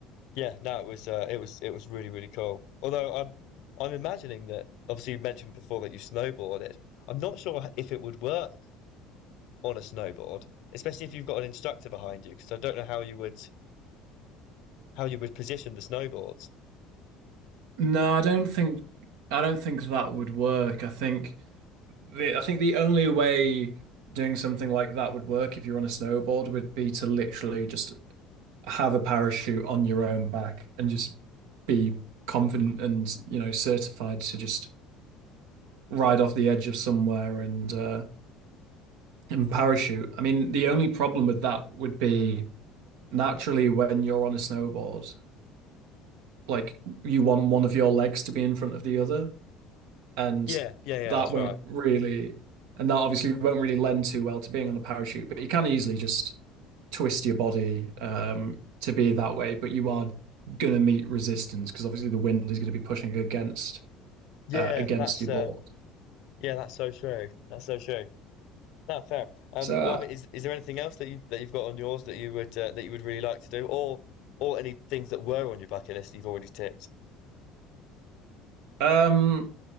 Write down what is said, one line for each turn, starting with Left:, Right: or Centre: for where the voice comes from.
Left: yeah, no, it was uh, it was it was really really cool. Although I'm I'm imagining that obviously you mentioned before that you snowboarded. I'm not sure if it would work on a snowboard, especially if you've got an instructor behind you, because I don't know how you would how you would position the snowboards.
Right: No, I don't think I don't think that would work. I think the I think the only way doing something like that would work if you're on a snowboard would be to literally just have a parachute on your own back and just be confident and, you know, certified to just ride off the edge of somewhere and uh, and parachute. I mean, the only problem with that would be naturally when you're on a snowboard, like you want one of your legs to be in front of the other, and
Left: Yeah, yeah, yeah,
Right: that
Left: that's
Right: won't
Left: right.
Right: really, and that obviously won't really lend too well to being on a parachute. But you can easily just twist your body um, to be that way, but you are gonna meet resistance because obviously the wind is going to be pushing against
Left: Yeah,
Right: uh, against
Left: that's
Right: your
Left: uh,
Right: board.
Left: yeah, that's so true. That's so true. No, fair. Um,
Right: So
Left: well, I mean, is is there anything else that you that you've got on yours that you would uh, that you would really like to do, or or any things that were on your bucket list that you've already ticked
Right: Um,